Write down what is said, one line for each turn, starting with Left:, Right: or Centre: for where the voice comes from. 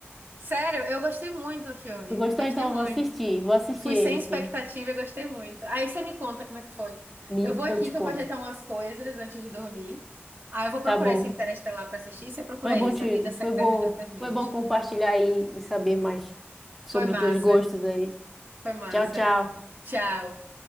Right: Sério, eu gostei muito do filme.
Centre: Tu gostou,
Right: Gostei
Centre: então
Right: muito.
Centre: eu vou assistir. Vou assistir
Right: Fui
Centre: ele,
Right: sem expectativa
Centre: sim.
Right: e gostei muito. Aí você me conta como é que foi.
Centre: Me-
Right: Eu vou aqui
Centre: Eu te
Right: que
Centre: conto.
Right: eu vou ajeitar umas coisas antes de dormir. Aí eu vou procurar
Centre: Tá bom.
Right: esse Interestelar para assistir. Você procura
Centre: Foi bom
Right: esse,
Centre: te...
Right: A Vida Secreta
Centre: Foi bom.
Right: de Walter Mitty.
Centre: Foi bom compartilhar e, e saber mais
Right: Foi
Centre: sobre
Right: massa,
Centre: os teus gostos aí.
Right: foi massa.
Centre: Tchau, tchau.
Right: Tchau.